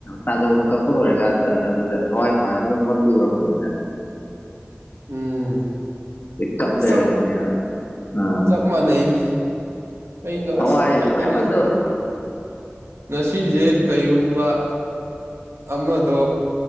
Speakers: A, on the left; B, on the right.
A: ꯇꯥꯖꯧꯅ ꯀꯛꯄ ꯂꯣꯏꯔꯀꯥꯟꯗ ꯑꯗꯨꯗ ꯊꯋꯥꯏ ꯅꯨꯡꯉꯥꯏꯃꯟꯗꯗ ꯐꯪꯗ ꯎꯔꯛꯄꯅꯤꯗ
B: ꯎꯝ
A: ꯀꯞꯂꯩꯔꯝꯕꯅꯤ
B: ꯆꯞ
A: ꯍꯥꯢꯕ ꯑꯥ
B: ꯆꯞ ꯃꯥꯟꯅꯩꯅꯤ ꯑꯩꯁꯨ
A: ꯊꯋꯥꯢꯁꯤ
B: ꯑꯁ ꯅꯨꯡꯉꯥꯏꯇꯕꯁꯤꯗꯤ
A: ꯅꯨꯉꯥꯢꯃꯟꯗꯕ
B: ꯉꯁꯤꯁꯦ ꯀꯔꯤꯒꯨꯝꯕ ꯑꯃꯗꯣ